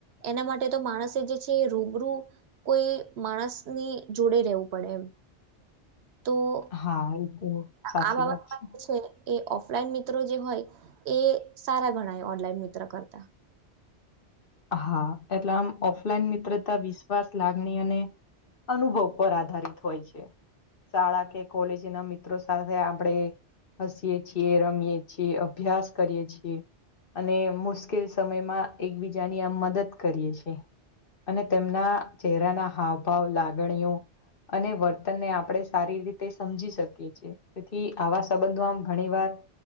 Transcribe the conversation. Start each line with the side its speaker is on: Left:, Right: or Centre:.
Right: એના માટે તો માણસે જે છે એ રૂબરૂ કોઈ માણસ ની જોડે રહેવું પડે એમ તો
Left: હા તો સાચી
Right: આ બાબા
Left: વાત છે.
Right: એ ઓફલાઈન મિત્રો જે હોય એ સારા ગણાય ઓનલાઈન મિત્ર કરતા
Left: હા એટલે આમ ઓફલાઈન મિત્રતા વિશ્વાસ લાગણી અને અનુભવ પર આધારિત હોય છે શાળા કે કોલેજ ના મિત્રો સાથે આપડે હસીએ છીએ રમીએ છીએ અભ્યાસ કરીએ છીએ અને મુશ્કેલ સમયમાં એકબીજાની આમ મદદ કરીએ છે અને તેમના ચહેરાના હાવભાવ લાગણીઓ અને વર્તનને આપણે સારી રીતે સમજી શકીએ છીએ તેથી આવા સંબંધો આમ ઘણી વાર